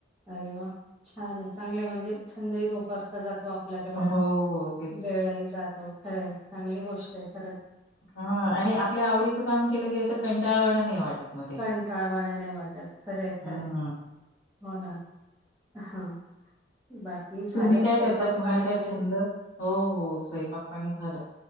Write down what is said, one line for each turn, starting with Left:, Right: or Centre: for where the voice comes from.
Centre: अरे वा छान आहे चांगले म्हणजे छंदही जोपासला जातो आप आपल तेवढंच
Left: हो, हो तेच.
Centre: वेळही जातो खरं आहे चांगली गोष्ट आहे खर
Left: ह आणि आपल्या आवडीचं काम केलं की असं कंटाळवाना नाही वाटत. मग ते.
Centre: कंटाळवाण नाही वाटत खरे हे
Left: हं.
Centre: खरे हे.. हो ना हा बाकी? झालं
Left: तुम्ही
Centre: स्वयंपाक
Left: काय करताय तुम्हाला
Centre: पाणी वगैरे?
Left: काय छंद? हो हो स्वयंपाक पाणी झालं.